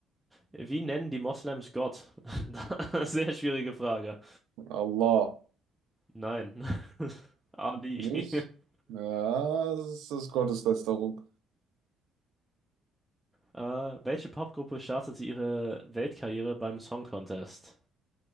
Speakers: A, in the centre; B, on the right.
A: Wie nennen die Moslems Gott? <laughs> Sehr schwierige Frage.
B: Allah.
A: Nein, <laughs> Ali.
B: Nicht?
A: <laughs>
B: Ja, das ist Gotteslästerung.
A: Äh, welche Popgruppe startete ihre Weltkarriere beim Song Contest?